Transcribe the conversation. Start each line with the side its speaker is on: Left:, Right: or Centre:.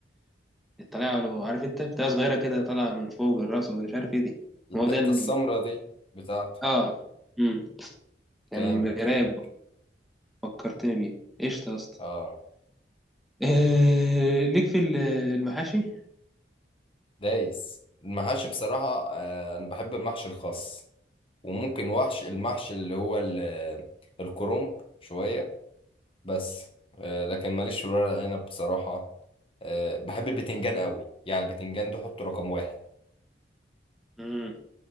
Centre: طالع له عارف انت بتاع صغيره كده طالعه من فوق الراس ومش عارف ايه دي
Left: الحتة
Centre: ما هو ده ال-
Left: السمرة دي بتاعته
Centre: اه مم. كان
Left: كامل
Centre: رايق
Left: كامل
Centre: فكرتني بيه قشطه يا اسطى
Left: اه
Centre: <laughs> آه، ليك في ال- المحاشي
Left: دايس المحاشي بصراحة آه أنا بحب المحشي الخاص وممكن وحش المحشي اللي هو ال- الكرنب شوية بس آه لكن ماليش في ورق العنب بصراحة آه بحب البتنجان قوي يعني البتنجان ده حطه رقم واحد
Centre: مم.